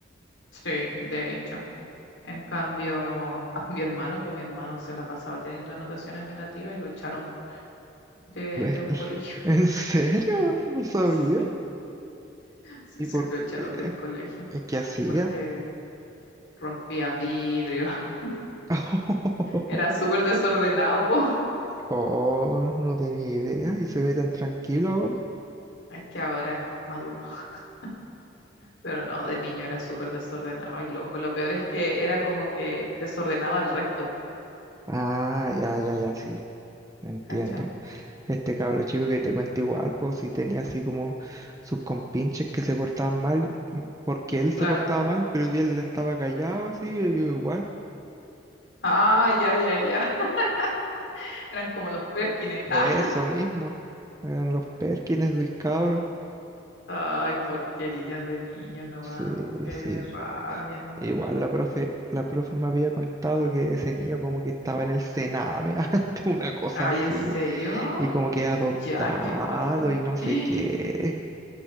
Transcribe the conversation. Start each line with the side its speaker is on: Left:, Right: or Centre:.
Left: Sí, de hecho. En cambio, <laughs> a mi hermano, pues mi hermano se la pasaba teniendo anotaciones negativas y lo echaron de,
Right: Lo-
Left: de
Right: he-
Left: un
Right: <laughs>
Left: colegio.
Right: ¿En serio? No sabía.
Left: <laughs> Sí, sí,
Right: ¿Y
Left: sí,
Right: por
Left: lo echaron
Right: qué?
Left: del colegio
Right: ¿Y qué hacía?
Left: porque rompía vidrio. <laughs>
Right: <laughs>
Left: Era súper desordenado, po.
Right: Oh, no tenía idea. ¿Y se ve tan tranquilo ahora?
Left: Es que ahora es maduro, <laughs> pero no, de niño era súper desordenado y loco. Lo peor es que era como que desordenaba al resto, po,
Right: Ah, ya, ya, ya, sí. Entiendo.
Left: ¿cachai?
Right: Este cabro chico que te cuenta igual, pues sí tenía así como sus compinches que se portaban mal porque él
Left: Claro.
Right: se portaba mal, pero si él estaba callado así, ellos igual.
Left: Ah, ya, ya, ya. <laughs> Eran como los Perkines.
Right: Eso
Left: Ah. <laughs>
Right: mismo. Eran los Perkins del cabro.
Left: Ay, porquerías de niño nomás.
Right: Sí,
Left: Qué
Right: sí.
Left: rabia.
Right: Igual la profe, la profe me había contado que ese niño como que estaba en el Sename <laughs> antes, una cosa
Left: Ay,
Right: así,
Left: ¿en serio?
Right: y como que adoptado
Left: Ya, qué acuático.
Right: y no sé
Left: <gasps>
Right: qué.